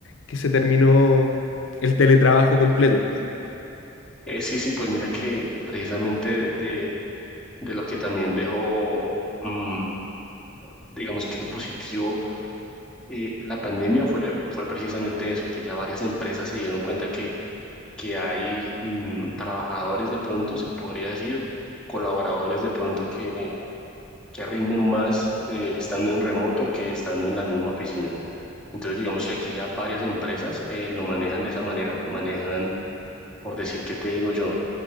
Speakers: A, on the left (about 75°); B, in the centre.
A: que se terminó el teletrabajo completo.
B: Eh, sí, sí, pues mira que precisamente de, de lo que también dejó, mm, digamos que positivo eh, la pandemia fue, fue precisamente eso, que ya varias empresas se dieron cuenta que, que hay mm, trabajadores de pronto, se podría decir, colaboradores de pronto que, que rinden más eh, estando en remoto que estando en la misma oficina. Entonces, digamos que aquí ya varias empresas eh, lo manejan de esa manera, manejan, por decir, ¿qué te digo yo?